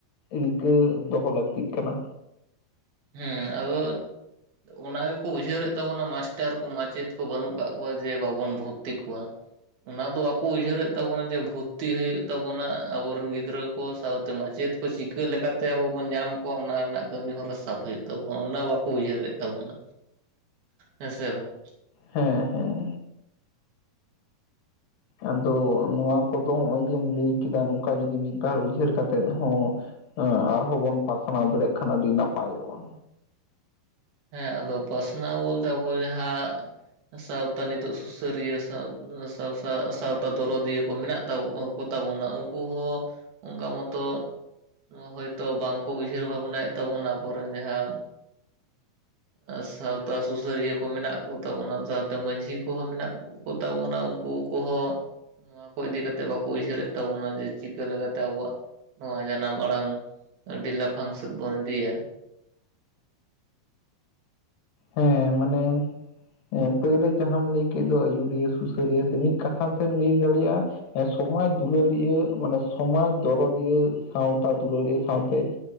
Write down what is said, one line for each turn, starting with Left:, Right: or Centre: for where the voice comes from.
Left: ᱨᱤᱠᱟᱹ ᱫᱚᱦᱚ ᱞᱟᱹᱠᱛᱤᱜ ᱠᱟᱱᱟ᱾
Right: ᱦᱮᱸ, ᱟᱫᱚ ᱚᱱᱟ ᱜᱮᱠᱚ ᱩᱭᱦᱟᱹᱨ ᱮᱫ ᱛᱟᱵᱚᱱᱟ ᱢᱟᱥᱴᱟᱨ ᱠᱚ ᱢᱟᱪᱮᱫ ᱠᱚ ᱵᱟᱹᱱᱩᱜ ᱠᱟᱜ ᱠᱚᱣᱟ ᱡᱮ, ᱵᱟᱵᱚᱱ ᱵᱷᱩᱨᱛᱤ ᱠᱚᱣᱟ᱾ ᱚᱱᱟ ᱫᱚ ᱵᱟᱠᱚ ᱩᱭᱦᱟᱹᱨ ᱮᱫ ᱛᱟᱵᱚᱱᱟ ᱡᱮ ᱵᱷᱩᱛᱛᱤ ᱦᱩᱭᱩᱜ ᱛᱟᱵᱚᱱᱟ ᱟᱵᱚ ᱨᱮᱱ ᱜᱤᱫᱽᱨᱟᱹ ᱠᱚ ᱥᱟᱶᱛᱮ ᱢᱟᱪᱮᱫ ᱪᱤᱠᱟᱹ ᱞᱮᱠᱟ ᱛᱮ ᱟᱵᱚ ᱵᱚᱱ ᱧᱟᱢ ᱠᱚᱣᱟ, ᱚᱱᱟ ᱨᱮᱱᱟᱜ ᱠᱟᱹᱢᱤ ᱦᱚᱨᱟ ᱥᱟᱵ ᱦᱳᱭᱳᱜ ᱛᱟᱵᱚᱱᱟ ᱚᱱᱟ ᱵᱟᱠᱚ ᱩᱭᱦᱟᱹᱨ ᱮᱫ ᱛᱟᱵᱚᱱᱟ᱾ ᱦᱮᱸᱥᱮ ᱵᱟᱝ?
Left: ᱦᱮᱸ ᱦᱮᱸ ᱟᱫᱚ ᱱᱚᱣᱟ ᱠᱚᱫᱚ ᱱᱚᱜ-ᱚᱭ ᱡᱮᱢ ᱞᱟᱹᱭ ᱠᱮᱫᱟ ᱱᱚᱝᱠᱟ ᱡᱩᱫᱤ ᱢᱤᱫ, ᱵᱟᱨ ᱩᱭᱦᱟᱹᱨ ᱠᱟᱛᱮᱜ ᱦᱚᱸ ᱦᱮᱸ ᱟᱨᱦᱚᱸ ᱵᱚᱱ ᱯᱟᱥᱱᱟᱣ ᱫᱟᱲᱮᱭᱟᱜ ᱠᱷᱟᱱ ᱟᱹᱰᱤ ᱱᱟᱯᱟᱭᱚᱜ-ᱟ᱾
Right: ᱦᱮᱸ, ᱟᱫᱚ ᱯᱟᱥᱱᱟᱣ ᱵᱚᱞᱛᱮ ᱟᱵᱚ ᱡᱟᱦᱟᱸ ᱥᱟᱶᱛᱟ ᱱᱤᱛᱚᱜ ᱥᱩ-ᱥᱟᱹᱨᱤᱭᱟᱹ ᱥᱟᱶ ᱥᱟᱶ ᱥᱟᱶᱛᱟ ᱫᱚᱨᱚᱫᱤᱭᱟᱹ ᱠᱚ ᱢᱮᱱᱟᱜ ᱛᱟᱵᱚ ᱠᱚᱛᱟ ᱵᱚᱱᱟ, ᱩᱱᱠᱩ ᱦᱚᱸ ᱚᱱᱠᱟ ᱢᱚᱛᱚ ᱱᱚᱣᱟ ᱦᱚᱭ ᱛᱚ ᱵᱟᱝ ᱠᱚ ᱩᱭᱦᱟᱹᱨ ᱵᱷᱟᱵᱽᱱᱟᱭ ᱮᱫ ᱛᱟᱵᱚᱱᱟ ᱟᱵᱚ ᱨᱮᱱ, ᱡᱟᱦᱟᱸ ᱟᱨ ᱥᱟᱶᱛᱟ ᱥᱩᱥᱟᱹᱨᱤᱭᱟᱹ ᱠᱚ ᱢᱮᱱᱟᱜ ᱠᱚᱛᱟ ᱵᱚᱱᱟ ᱥᱟᱶᱛᱮ ᱢᱟᱺᱡᱷᱤ ᱠᱚᱦᱚᱸ ᱢᱮᱱᱟᱜ ᱠᱚᱛᱟ ᱵᱚᱱᱟ ᱩᱱᱠᱩ ᱠᱚᱦᱚᱸ ᱱᱚᱣᱟ ᱠᱚ ᱤᱫᱤ ᱠᱟᱛᱮᱜ ᱵᱟᱠᱚ ᱩᱭᱦᱟᱹᱨ ᱮᱫ ᱛᱟᱵᱚᱱᱟ ᱡᱮ, ᱪᱤᱠᱟᱹ ᱞᱮᱠᱟ ᱛᱮ ᱟᱵᱚᱣᱟᱜ ᱱᱚᱣᱟ ᱡᱟᱱᱟᱢ ᱟᱲᱟᱝ ᱟᱹᱰᱤ ᱞᱟᱯᱷᱟᱝ ᱥᱮᱫ ᱵᱚᱱ ᱤᱫᱤᱭᱟ᱾
Left: ᱦᱮᱸ ᱢᱟᱱᱮ ᱯᱟᱹᱨᱟᱹ ᱡᱟᱦᱟᱸᱢ ᱞᱟᱹᱭ ᱠᱮᱫ ᱫᱚ ᱟᱹᱭᱩᱨᱤᱭᱟᱹ, ᱥᱩᱥᱟᱹᱨᱤᱭᱟᱹ ᱥᱮ ᱢᱤᱫ ᱠᱟᱛᱷᱟ ᱛᱮᱢ ᱞᱟᱹᱭ ᱫᱟᱲᱮᱭᱟᱜ-ᱟ ᱥᱚᱢᱟᱡᱽ ᱫᱩᱞᱟᱹᱲᱤᱭᱟᱹ ᱢᱟᱱᱮ ᱥᱚᱢᱟᱡᱽ ᱫᱚᱨᱚᱫᱤᱭᱟᱹ ᱥᱟᱶᱛᱟ ᱫᱩᱞᱟᱹᱲᱤᱭᱟᱹ ᱥᱟᱶ ᱛᱮ